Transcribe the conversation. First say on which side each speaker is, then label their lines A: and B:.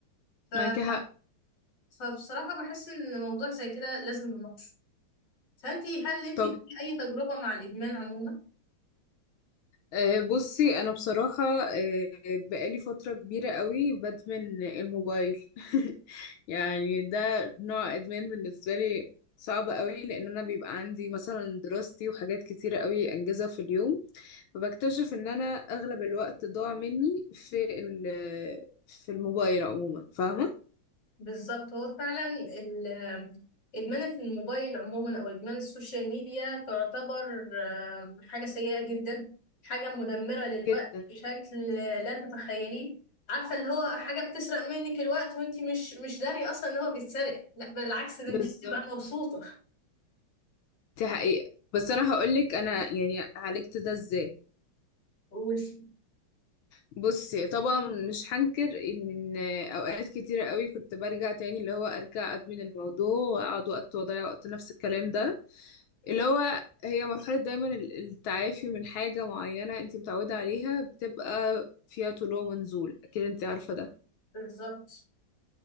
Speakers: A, on the left; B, on the left.
A: ف-
B: معاكي حق
A: فبصراحة بحس ان موضوع زي كده لازم نناقشه فانتي هل انتي
B: طب
A: ليكي اي تجربة مع الادمان عموما
B: آه، بصي انا بصراحة آه، بقالي فترة كبيرة قوي بدمن الموبايل <laughs> يعني ده نوع ادمان بالنسبة لي صعب قوي لان انا بيبقى عندي مثلا دراستي وحاجات كتيرة قوي انجزها في اليوم فبكتشف ان انا اغلب الوقت ضاع مني في ال- في الموبايل عموما فاهمة
A: بالظبط هو فعلا ال- ادمان الموبايل عموما او ادمان السوشيال ميديا تعتبر آه، حاجة سيئة جدا حاجة مدمرة للوقت
B: جدا
A: بشكل لا تتخيليه عارفة اللي هو حاجة بتسرق منك الوقت وانتي مش مش دارية اصلا ان هو بيتسرق لا بالعكس ده
B: بالظبط
A: انتي بتبقى مبسوطة
B: دي حقيقة بس انا هقولك انا يعني عالجت ده ازاي
A: قولي
B: بصي طبعا مش هنكر ان إن اوقات كتيرة قوي كنت برجع تاني اللي هو ارجع ادمن الموضوع واقعد وقت واضيع وقت نفس الكلام ده اللي هو هي مرحلة دايما ال- التعافي من حاجة معينة انت متعودة عليها بتبقى فيها طلوع ونزول اكيد انت عارفة ده
A: بالظبط